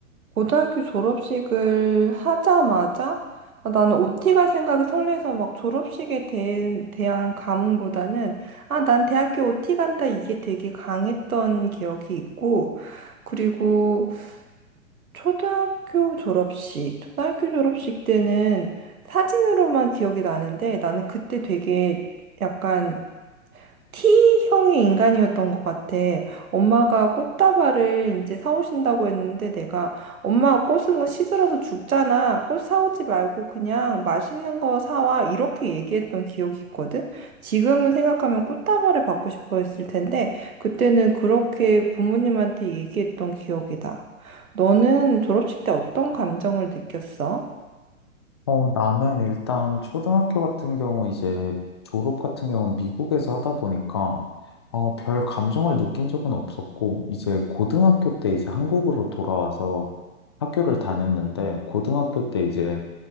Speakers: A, on the right (about 80°); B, on the left (about 20°).
A: 고등학교 졸업식을 하자마자 아, 나는 OT 갈 생각에 설레서 막 졸업식에 대, 대한 감흥보다는 아, 난 대학교 OT 간다 이게 되게 강했던 기억이 있고 그리고 초등학교 졸업식, 초등학교 졸업식 때는 사진으로만 기억이 나는데 나는 그때 되게 약간 T형의 인간이었던 것 같아. 엄마가 꽃다발을 이제 사오신다고 했는데 내가 엄마 꽃은 거 시들어서 죽잖아. 꽃 사오지 말고 그냥 맛있는 거 사와. 이렇게 얘기했던 기억이 있거든. 지금은 생각하면 꽃다발을 받고 싶어 했을 텐데 그때는 그렇게 부모님한테 얘기했던 기억이다. 너는 졸업식 때 어떤 감정을 느꼈어?
B: 어, 나는 일단 초등학교 같은 경우 이제 졸업 같은 경우는 미국에서 하다 보니까 어, 별 감정을 느낀 적은 없었고 이제 고등학교 때 이제 한국으로 돌아와서 학교를 다녔는데 고등학교 때 이제